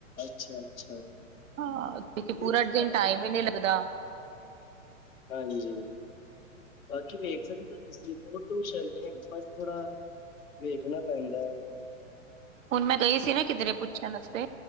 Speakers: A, on the left; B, on the right.
A: ਅੱਛਾ-ਅੱਛਾ,
B: ਹਾਂ ਕਿਉਕਿ
A: ਨਹੀਂ
B: ਪੂਰਾ ਦਿਨ
A: ਬਾਕੀ
B: ਟਾਈਮ ਈ ਨੀ ਲੱਗਦਾ।
A: ਹਾਂਜੀ। ਬਾਕੀ ਵੇਖ ਸਕਦੇ ਆ ਤੁਸੀਂ ਬੋਤ ਟਿਊਸ਼ਨ ਨੇ ਬਸ ਥੋੜਾ ਵੇਖਣਾ ਪੈਂਦਾ।
B: ਹੁਣ ਮੈਂ ਗਈ ਸੀ ਨਾ ਕਿਧਰੇ ਪੁੱਛਣ ਵਾਸਤੇ,